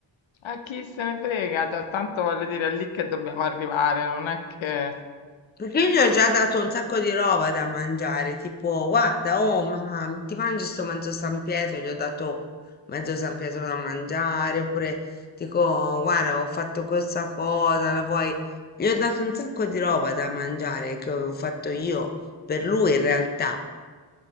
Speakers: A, on the left; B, on the left.
A: A chi se ne frega, cioè tanto voglio dire è lì che dobbiamo arrivare, non è che
B: Perché io gli ho già dato un sacco di roba da mangiare, tipo, guarda, oh, ma ti mangi sto mezzo San Pietro? Gli ho dato mezzo San Pietro da mangiare, oppure dico, guarda, ho fatto questa cosa, la vuoi? Gli ho dato un sacco di roba da mangiare che avevo fatto io per lui in realtà,